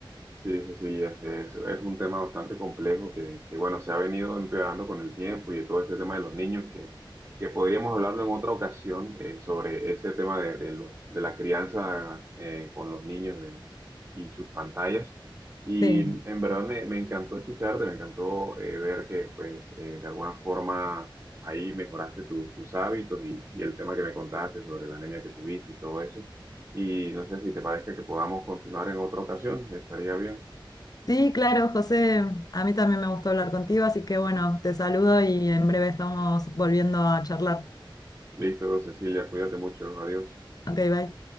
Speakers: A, on the right; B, on the left.
A: Sí, Cecilia, es, es un tema bastante complejo que, que, bueno, se ha venido empeorando con el tiempo y de todo este tema de los niños, que, que podríamos hablarlo en otra ocasión eh, sobre ese tema de, de los, de la crianza eh, con los niños de- y sus pantallas. Y
B: Sí.
A: en verdad me, me encantó escucharte, me encantó eh, ver que, pues, eh, de alguna forma ahí mejoraste tu- tus hábitos y, y el tema que me contaste sobre la anemia que tuviste y todo eso. Y no sé si te parece que podamos continuar en otra ocasión, estaría bien.
B: Sí, claro, José, a mí también me gustó hablar contigo, así que bueno, te saludo y en breve estamos volviendo a charlar.
A: Listo, Cecilia, cuídate mucho. Adiós.
B: Ok, bye.